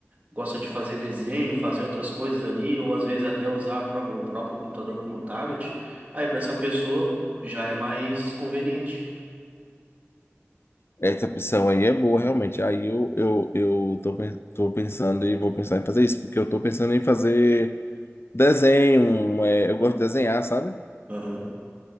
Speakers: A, on the right (about 30°); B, on the left (about 55°).
A: gosta de fazer desenho, fazer outras coisas ali, ou às vezes até usar a pró- o próprio computador como tablet, aí para essa pessoa já é mais conveniente.
B: Essa opção aí é boa, realmente. Aí eu, eu, eu tô, pen- tô pensando e vou pensar em fazer isso, porque eu tô pensando em fazer desenho, um, é, eu
A: Sim.
B: gosto de desenhar, sabe?
A: Aham.